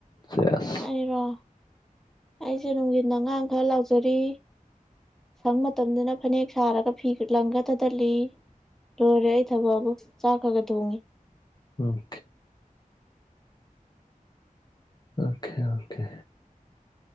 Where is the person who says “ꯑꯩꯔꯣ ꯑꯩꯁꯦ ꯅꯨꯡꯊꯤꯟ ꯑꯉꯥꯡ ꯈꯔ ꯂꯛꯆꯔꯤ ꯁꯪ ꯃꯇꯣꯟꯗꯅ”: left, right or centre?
Centre